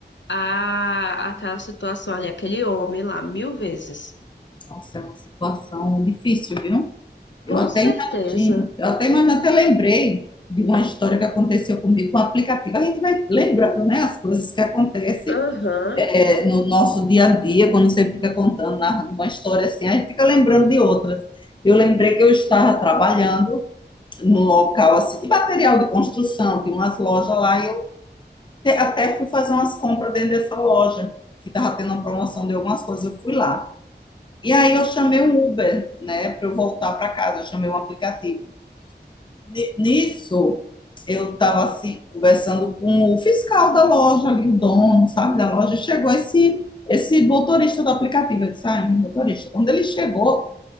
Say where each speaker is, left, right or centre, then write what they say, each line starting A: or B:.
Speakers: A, on the left (about 85°); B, on the left (about 25°).
A: a, aquela situação ali, aquele homem lá, mil vezes.
B: Nossa, é uma situação difícil, viu? Eu
A: Com
B: até
A: certeza.
B: imagino, eu até imagino, até lembrei de uma história que aconteceu comigo com o aplicativo. A gente vai lembrando, né, as coisas que acontecem
A: Aham.
B: é, no nosso dia a dia, quando você fica contando, narrando uma história assim, a gente fica lembrando de outras. Eu lembrei que eu estava trabalhando num local assim de material de construção, tem umas lojas lá, e eu te- até fui fazer umas compras dentro dessa loja, que estava tendo uma promoção de algumas coisas, eu fui lá. E aí eu chamei um Uber, né, para eu voltar para casa, eu chamei um aplicativo. Ni- Nisso, eu estava assim, conversando com o fiscal da loja, ali, o dono, sabe, da loja, e chegou esse, esse motorista do aplicativo. Eu disse, ah, é um motorista. Quando ele chegou,